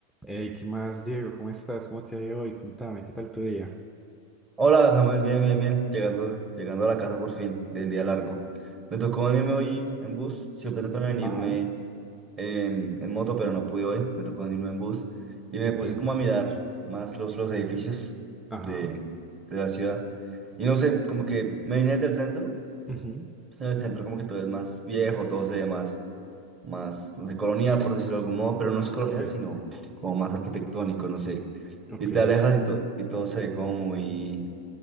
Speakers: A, in the centre; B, on the right (about 25°).
A: Hey, ¿qué más, Diego? ¿Cómo estás? ¿Cómo te ha ido hoy? Contame, ¿qué tal tu día?
B: Hola Samuel, bien, bien, bien. Llegando, llegando a la casa por fin del día largo. Me tocó venirme hoy en bus. Siempre trato de venirme
A: Ajá,
B: en, en moto, pero no pude hoy. Me tocó venirme en bus. Y me
A: ok,
B: puse como a mirar más los, los edificios
A: Ajá.
B: de, de la ciudad. Y no sé, como que me vine desde el centro.
A: ujú,
B: Pues en el centro como que todo es más viejo, todo se ve más, más, no sé, colonial, por decirlo de algún modo. Pero no es colonial,
A: ok.
B: sino como más arquitectónico, no sé.
A: Ok,
B: Y te alejas y, to- y todo se ve como muy